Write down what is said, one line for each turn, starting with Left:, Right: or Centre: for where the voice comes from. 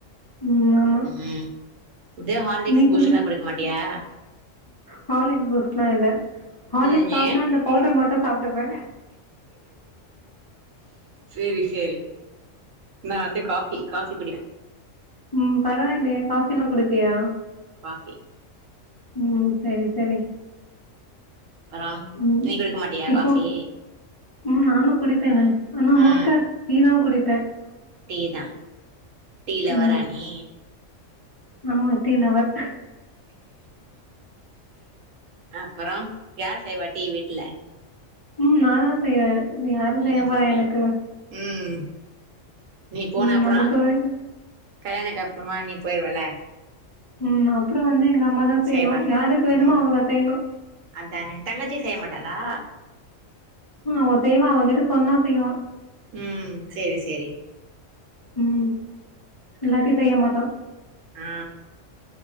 Left: ம் ஆமாம்
Right: உம் இதே ஹார்லிக்ஸ்
Left: நீ
Right: பூஸ்ட்லா
Left: குடி
Right: குடுக்க மாட்டியா
Left: ஹார்லிக்ஸ் பூஸ்ட்லா இல்ல ஹார்லிக்ஸ்
Right: ம் ஏ
Left: வாங்குனா அந்த பவுடர் மட்டு சாப்ட்டுப்பே
Right: சரி சரி நா வந்து காஃபி காஃபி குடி
Left: உம் பரவாயில்லையே காஃபில்லா குடிப்பியா
Right: பி
Left: உம் சரி சரி
Right: அப்பறோ
Left: உம்
Right: நீ குடிக்க மாட்டியா
Left: இப்போ
Right: காஃபி
Left: உம் நானு குடிப்பேனே ஆனா
Right: ஆ
Left: மோஸ்ட்டா டீதா குடிப்ப
Right: டீ தா டீ லவ்வரா
Left: ம்
Right: நீ
Left: ஆமா டீ லவ்வர்
Right: அப்புறோ யார் செய்வா டீ வீட்ல
Left: உம் நான்தா செய்வ யாரு
Right: நீதா
Left: செய்யப்பறோ
Right: செய்வியா
Left: எனக்குன்னு
Right: ம் நீ போன
Left: ம்
Right: அப்புறோ
Left: நமக்கு வேணு
Right: கல்யாணக்கு அப்புறமா நீ போயிருவல்ல
Left: உம் அப்புறோ வந்து எங்க அம்மாாதா செய்யணு
Right: செய்வாங்க
Left: யாருக்கு வேணுமோ
Right: ம்
Left: அவுங்க செய்யணு
Right: அதானே தங்கஜி செய்யமாட்டாலா
Left: ஆஹ செய்வா அவகிட்ட சொன்னா செய்வா
Right: உம் செரி செரி
Left: ம் இல்லாட்டி செய்ய மாட்டோ
Right: ஆ